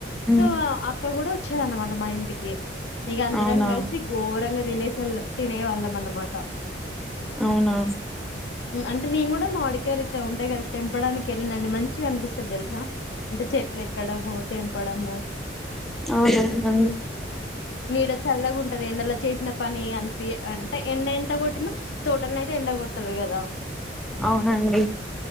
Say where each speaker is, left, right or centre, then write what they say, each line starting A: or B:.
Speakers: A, in the centre; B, on the left (about 85°).
A: ఉమ్
B: సో అక్క కూడా వచ్చేదేనమాట మా ఇంటికి ఇగ అందరం
A: అవునా
B: కలిసి ఘోరంగా తినేసేల్ తినే వాళ్ళం అన్నమాట
A: అవునా
B: అంటే నేను కూడా మాడికాయలు ఇట్లా ఉంటాయి కదా తెంపడానికి వెళ్ళినండి మంచిగా అనిపిస్తది తెలుసా! అంటే చెట్లు ఎక్కడము తేంపడము
A: అవునా ఆ
B: నీడ చల్లగా ఉంటది ఎండలో చేసిన పని అంత అంత ఎండ ఎంత కొట్టిన తోటల్ అయితే ఎండ కొట్టది గదా.
A: అవునండి